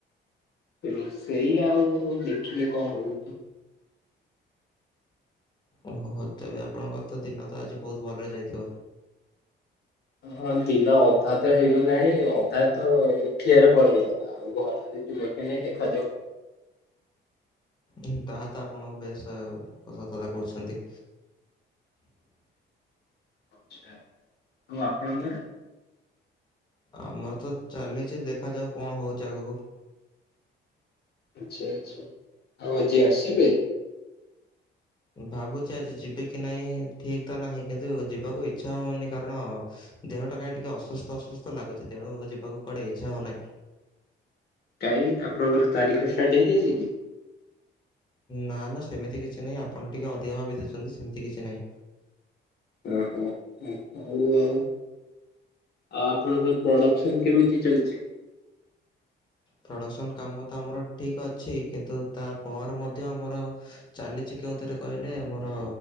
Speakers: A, on the left; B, on the left.
A: ରୋଷେଇ ଆଉ ମୁଁ କଣ ଦେଖିନି କଣ ହଉଚି।
B: ଓହୋ। ତେବେ ଆପଣଙ୍କର ତ ଦିନ ତ ଆଜି ବହୁତ ଭଲରେ ଯାଇଥିବ?
A: ହଁ ଦିନ ଅଧା ତ ହେଇଗଲାଣି। ଅଧା ତ ଉଠିବାରେ ପଳେଇଲା। ଆଉ ଭଲରେ <unintelligible> ଦେଖାଯାଉ।
B: ହୁଁ ତାହା ତ ଆପଣ ବେଶ ସତ କଥା କହୁଛନ୍ତି।
A: ଅଛା ଆଉ ଆପଣଙ୍କର।
B: ଆମର ତ ଚାଲିଛି ଦେଖାଯାଉ କଣ ହଉଚି ଆଗକୁ।
A: ଆଚ୍ଛା ଆଚ୍ଛା ଆଉ ଆଜି ଆସିବେ?
B: ଭାବୁଛି ଆଜି ଯିବିକି ନାହିଁ ଠିକ୍ ତ ନାହିଁ କିନ୍ତୁ ଯିବାକୁ ଇଚ୍ଛା ହଉନି କାରଣ। ଦେହଟା କାଇଁ ଟିକିଏ ଅସୁସ୍ଥ ଅସୁସ୍ଥ ଲାଗୁଛି ତେଣୁ ଯିବାକୁ କୁଆଡେ ଇଚ୍ଛା ହଉନାହିଁ।
A: କାହିଁ ଆପଣଙ୍କର ତାରିଖ ଷ୍ଟାର୍ଟ ହେଇଯାଇଚି କି।
B: ନା ନା ସେମିତି କିଛି ନାହିଁ ଆପଣ ଟିକେ ଅଧିକ ଭାବି ଦଉଛନ୍ତି ସେମିତି କିଛି ନାହିଁ।
A: ଅ ହ ହଉ ଆଉ। ଆଉ ଆପଣଙ୍କର ପ୍ରଡକ୍ସନ କେମିତି ଚାଲିଚି?
B: ପ୍ରଡ଼କ୍ସନ୍ କାମ ତ ଆମର ଠିକ୍ ଅଛି କିନ୍ତୁ ତାପର ମଧ୍ୟ ଆମର। ଚାଲିଛି କେଉଁଥିରେ କହିଲେ ମୋର